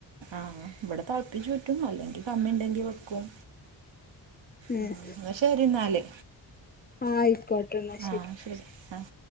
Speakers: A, on the right; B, on the left.
A: ആഹ് ഇവിടെ തളപ്പിച്ചു ഊറ്റും അല്ലെങ്കി കമ്മി ഉണ്ടെങ്കി വെക്കും
B: ഏഹ്
A: ഉം ന്ന ശരി ന്നാല്
B: ആഹ് ആയിക്കോട്ടെ എന്നാ
A: ആഹ് ശരി ആഹ്